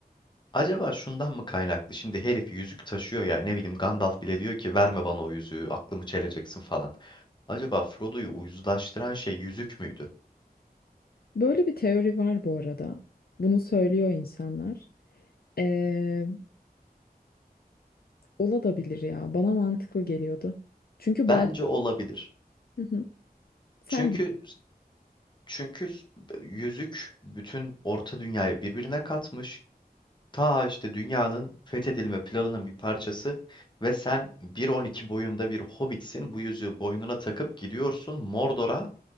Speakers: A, on the left (about 30°); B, on the left (about 70°).
A: Acaba şundan mı kaynaklı? Şimdi herif yüzük taşıyor ya ne bileyim Gandalf bile diyor ki verme bana o yüzüğü aklımı çeleceksin falan. Acaba Frodo'yu uyuzlaştıran şey yüzük müydü?
B: Böyle bir teori var bu arada. Bunu söylüyor insanlar. Ee, olabilir ya. Bana mantıklı geliyordu. Çünkü
A: Bence
B: bazen...
A: olabilir.
B: Hı hı. Sen
A: Çünkü
B: de.
A: çünkü yüzük bütün Orta Dünyayı birbirine katmış. Ta işte dünyanın fethedilme planının bir parçası ve sen bir on iki boyunda bir hobbitsin. Bu yüzüğü boynuna takıp gidiyorsun Mordor'a